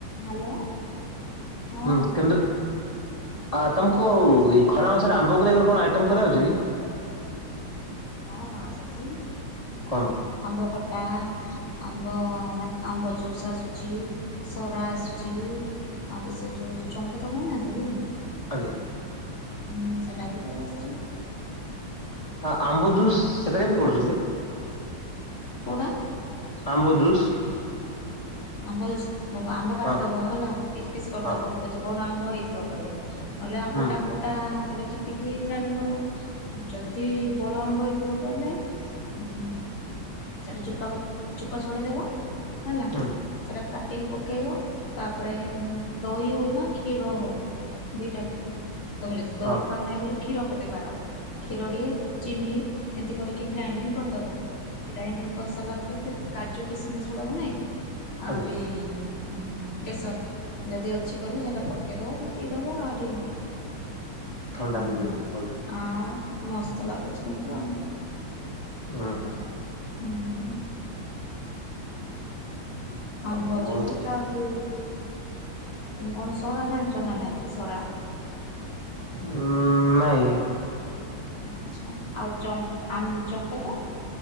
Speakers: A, on the left; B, on the left.
A: ହ୍ୟାଲୋ। ହଁ।
B: ହୁଁ କେମିତି ଆ ତମକୁ ଖରା ମାସରେ ଆମ୍ବକୁ ନେଇକି କଣ ଆଇଟମ କରିଆଉଛି କି?
A: ହଁ ଆସୁଛି
B: କଣ
A: ଆମ୍ବ ଖଟା ଆମ୍ବ ମାନେ ଆମ୍ବ ଜୁସ୍ ଆସୁଛି ସରା ଆସୁଛି ଆମ୍ବ ସେ ଜୁସ୍ ଚଙ୍କୁତ କହୁନାହାନ୍ତି କି
B: ଆଜ୍ଞା
A: ହୁଁ ସେଟା ହିଁ ତ ଆସୁଛି
B: ଆ ଆମ୍ବ ଜୁସ୍ ସେଟା କେମିତି କରୁଛନ୍ତି
A: କଉଟା
B: ଆମ୍ବ ଜୁସ୍
A: ଆମ୍ବ ଜୁସ୍ ଦେବ ଆମ୍ବ କାଟିଦବ
B: ହଁ
A: ହେଲା ପିସ୍ ପିସ୍ କରିଦବ
B: ହଁ
A: ଯଦି ବଡ ଆମ୍ବ ହୋଇଥିବ କେବେ ନହଲେ ଆମ୍ବୁ
B: ହୁଁ
A: ଡାକୁଟା ସେଟା ଚିପିକି ଗ୍ରାଇଣ୍ଡର କରିବ ଯଦି ବଡ ଆମ୍ବ ହେଇଥିବ କହିଲେ ଉଁ ସେଟା ଚୋପାକୁ ଚୋପା ଛଡେଇଦବ ହେଲା।
B: ହୁଁ
A: <unintelligible> କାଟିକି ପକେଇବ ତାପରେ ଦହି ହେଉ ବା କ୍ଷୀର ହୋଉ ଦିଟା ଭିତରୁ ତମେ ଯଦି ଦହି
B: ହଁ
A: ଖାଅନାହଁ ବୋଲି କ୍ଷୀର ପକେଇବାର କ୍ଷୀର ଟିକେ ଚିନି ଏମିତି କରିକି ଗ୍ରାଇଣ୍ଡିଙ୍ଗ୍ କରିଦବ ଗ୍ରାଇଣ୍ଡିଙ୍ଗ୍ କରିସାରିଲା ପରେ ସେ କାଜୁ କିସମିସ ଗୁଡାକ ନାଇଁ କି
B: ଆଜ୍ଞା
A: ଆରେ ଉଁ କେଶର ଯଦି ଅଛି କହିଲେ ସେଇଟା ପକେଇଦବ ତ ପିଇଦବ ଆହୁରି <unintelligible>
B: ଥଣ୍ଡା ହେଇପାରିବ ଭଲ
A: ଆଉ ମସ୍ତ ଲାଗୁଚି କିନ୍ତୁ ଆଉ।
B: ଉହୁଁ
A: <unintelligible> ଆମ୍ବ
B: ଆଉ
A: ଜୁସ୍
B: ବହୁତ ଭଲ
A: ଆହୁରି <unintelligible> ଜାଣ ଚନା ନାଇକି ସରା
B: ଉଁ ନାଇଁ।
A: ଓ ଆଛା ଆଉ ଚମ୍ ଆମ୍ ଚମ୍ପେ ତ